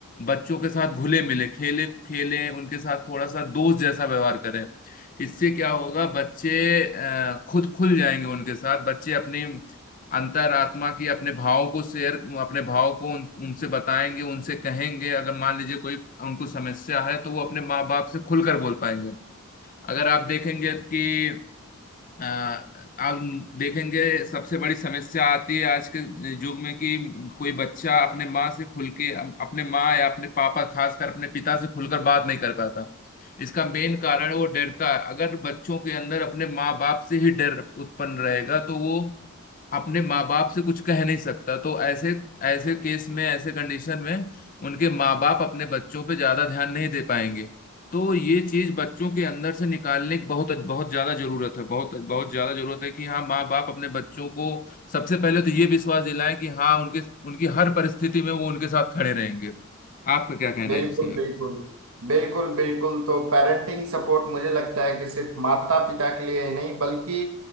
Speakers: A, on the left; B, on the right.
A: बच्चों के साथ घुले मिले खेले खेलें उनके साथ थोड़ा सा दोस्त जैसा व्यवहार करें इससे क्या होगा बच्चे अ, खुद खुल जाएंगे उनके साथ बच्चे अपनी अंतरात्मा की अपने भावों को शेयर अपने भाव को उन, उनसे बताएंगे उनसे कहेंगे अगर मान लीजिए कोई उनको समस्या है तो वो अपने माँ बाप से खुलकर बोल पाएंगे अगर आप देखेंगे कि अ, आप देखेंगे सबसे बड़ी समस्या आती है आज के युग में कि कोई बच्चा अपने माँ से खुल के अपने माँ या अपने पापा खासकर अपने पिता से खुलकर बात नहीं कर पाता इसका मेन कारण है वो डरता है अगर बच्चों के अंदर अपने माँ बाप से ही डर उत्पन्न रहेगा तो वो अपने माँ बाप से कुछ कह नहीं सकता तो ऐसे ऐसे केस में ऐसे कंडीशन में उनके माँ बाप अपने बच्चों पे ज्यादा ध्यान नहीं दे पाएंगे तो ये चीज बच्चों के अंदर से निकालने की बहुत बहुत ज्यादा जरूरत है बहुत बहुत ज्यादा जरूरत है कि हाँ माँ बाप अपने बच्चों को सबसे पहले तो ये विश्वास दिलाएं कि हाँ उनके उनकी हर परिस्थिति में वो उनके साथ खड़े रहेंगे आपका क्या कहना
B: बिल्कुल
A: है इसमें
B: बिल्कुल बिल्कुल बिल्कुल तो पेरेंटिंग सपोर्ट मुझे लगता है कि सिर्फ माता पिता के लिए ही नहीं बल्कि